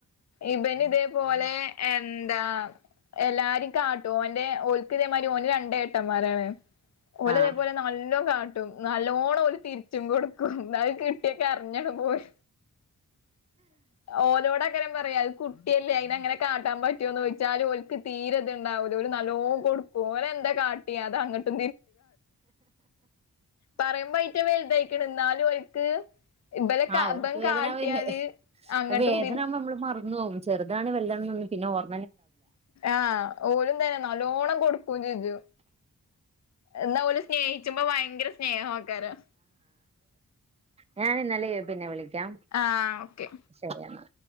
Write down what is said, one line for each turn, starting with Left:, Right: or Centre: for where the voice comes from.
Left: ഇബന് ഇതേപോലെ എന്താ എല്ലാരും കാട്ടും ഓൻ്റെ ഓൽക്കിതേമാതിരി ഓന് രണ്ട് ഏട്ടന്മാരാണ് ഒലതേ
Right: ആഹ്
Left: പോലെ നല്ലോ കാ നല്ലോണ്ണം ഒരു തിരിച്ചും കൊടുക്കും എന്ന കിട്ടിയൊക്കെ അറിഞ്ഞാണ് പോയി ഓല് അവിടെക്കം പറയാത് കുട്ടിയല്ലേ അയിന്ങ്ങനെ കാട്ടാൻ പറ്റുമോന്ന് ചോദിച്ചാല് ഓൽക്ക് തീരെത്ണ്ടാവൂല ഒരു നല്ലോ കൊടു ഓനെ എന്താ കാട്ടി അത് അങ്ങട്ട് പറയുമ്പ യിറ്റ വലുതായിക്കണ് ന്നാലും ഓൽക്ക് ഇബലെ കാ
Right: ആഹ അവക്ക്
Left: ഇബൻ
Right: വേദനാവല്ലേ
Left: കാട്ടിയാല് അങ്ങട്ടും
Right: വേദന
Left: തിരി
Right: നമ്മള് മറ ന്നോവും ചെറതാണ് വല്താണ് പിന്നെ ഓർ
Left: ആഹ ഓലും തന്നെ നല്ലോണം കൊടു ജു എന്ന ഓല് സ്നേഹിച്ചുമ്പോ ഭയങ്കര സ്നേഹ ആക്കാരം
Right: ഞാനിന്നാലെ പിന്നെ വിളിക്ക
Left: ആഹ് ഓക്കെ
Right: ശരിയെന്നാ